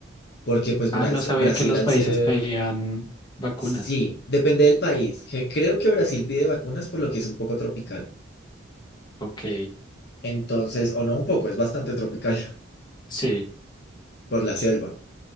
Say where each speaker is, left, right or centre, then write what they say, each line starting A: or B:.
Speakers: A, on the left (about 55°); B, on the left (about 20°).
A: Porque pues
B: Ah,
A: Bral-
B: no sabía
A: Brasil
B: que los
A: al
B: países
A: ser...
B: pedían vacunas.
A: Sí, depende del país. Je- Creo que Brasil pide vacunas por lo que es un poco tropical.
B: Ok,
A: Entonces, o no un poco, es bastante tropical
B: sí,
A: <laughs> por la selva.